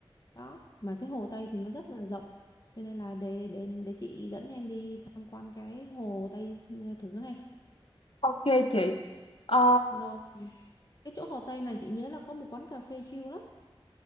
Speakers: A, on the left; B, on the left.
A: đó mà cái Hồ Tây thì nó rất là rộng cho nên là để để để, để chị dẫn em đi tham quan cái Hồ Tây ờ, thử ha
B: Ok chị. Ờ,
A: rồi cái chỗ Hồ Tây này chị nhớ là có một quán cà phê chill lắm